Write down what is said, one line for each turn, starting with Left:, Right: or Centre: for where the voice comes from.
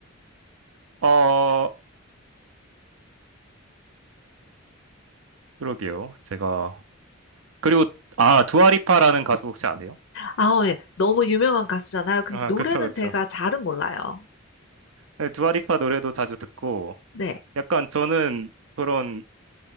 Right: 어, 그러게요. 제가, 그리고, 아, 두아리파라는 가수 혹시 아세요?
Left: 아, 어, 예. 너무 유명한 가수잖아요. 근데
Right: 아,
Left: 노래는
Right: 그쵸, 그쵸.
Left: 제가 잘은 몰라요.
Right: 네, 두아리파 노래도 자주 듣고,
Left: 네.
Right: 약간 저는 그런